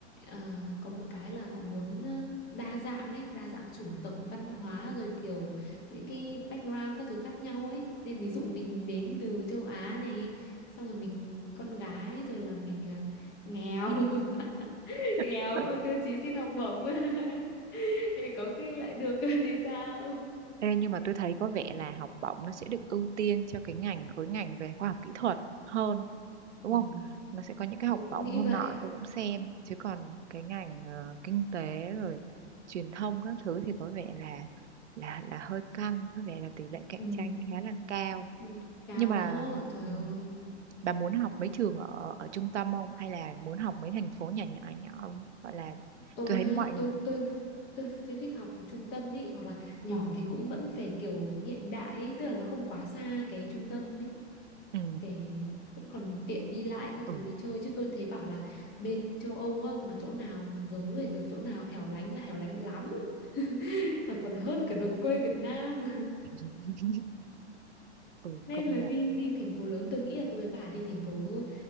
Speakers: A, on the left (about 30°); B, on the right (about 80°).
A: ờ, có một cái là họ muốn ờ, đa dạng ấy đa dạng chủng tộc văn hóa rồi kiểu những cái background các thứ khác nhau ấy nên ví dụ mình đến từ châu Á này xong rồi mình con gái rồi là mình ờ, nghèo <laughs> nghèo
B: <laughs>
A: cũng là tiêu chí xin học bổng <laughs> thì có khi lại được <laughs> thì sao
B: Ê, nhưng mà tôi thấy có vẻ là học bổng nó sẽ được ưu tiên cho cái ngành khối ngành về khoa học kỹ thuật hơn
A: ừ,
B: đúng không? Nó sẽ có những cái
A: tôi
B: học
A: cũng
B: bổng
A: nghĩ
B: hôm
A: vậy
B: nọ tôi cũng xem chứ còn cái ngành ờ, kinh tế rồi truyền thông các thứ thì có vẻ là là là hơi căng, có vẻ là tỷ lệ cạnh
A: ừ,
B: tranh khá là cao.
A: ừ, cao
B: Nhưng mà
A: đó trời
B: ừ,
A: ơi
B: bà muốn học mấy trường ở ở trung tâm không hay là muốn học mấy thành phố nhỏ nhỏ nhỏ không? Gọi là
A: tôi
B: tôi thấy
A: á
B: mọi
A: tôi tôi tôi tôi thích học trung tâm ý hoặc là nhỏ thì cũng vẫn phải kiểu hiện đại ý, tức là nó không quá xa cái trung tâm ý
B: ừ
A: để vẫn còn tiện đi lại các
B: ừ,
A: thứ đi chơi chứ tôi thấy bảo là bên châu Âu á, mà chỗ nào vớ về được chỗ nào hẻo lánh là hẻo lánh lắm <laughs> là còn
B: ừ.
A: hơn cả đồng quê Việt Nam
B: <laughs> ừ
A: nên
B: công
A: là
B: nhận
A: đi đi thành phố lớn tôi nghĩ là tôi với bà đi thành phố